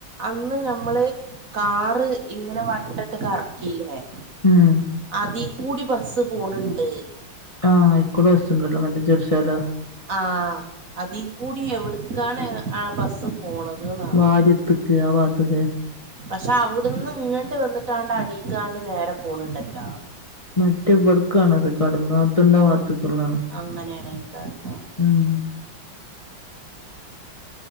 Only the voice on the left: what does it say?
ഉം
ആഹ് അയ്ക്കൂടെ ബസ്സ്ണ്ടല്ലോ മറ്റേ ചെറ്ശ്ശോല
വാര്യത്ത്ക്ക് ആ വാത്ത്ക്ക്
മറ്റവ്ട്ക്കാണത് കടുങ്ങാത്തുണ്ടാവാത്തുക്ക്ള്ളാണ്.
ഉംഹ്